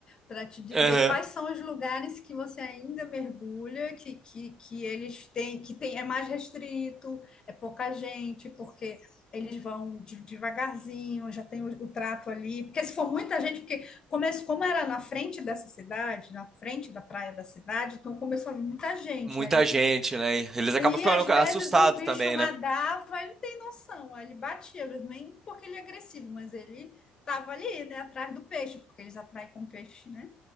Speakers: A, on the left (about 30°); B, on the right (about 15°).
A: para te dizer
B: Aham.
A: quais são os lugares que você ainda mergulha, que, que, que eles têm, que tem, é mais restrito, é pouca gente, porque eles vão de- devagarzinho, já tem o, o trato ali. Porque se for muita gente, porque começo, como era na frente dessa cidade, na frente da praia da cidade, então começou a vir muita gente,
B: Muita
A: aí isso
B: gente, né? Eles acabam
A: Aí,
B: ficando
A: às vezes,
B: assustados
A: o bicho
B: também,
A: nadava,
B: né?
A: ele tem noção, aí ele batia, mas nem porque ele é agressivo, mas ele tava ali, né, atrás do peixe, porque eles atraem com peixe, né?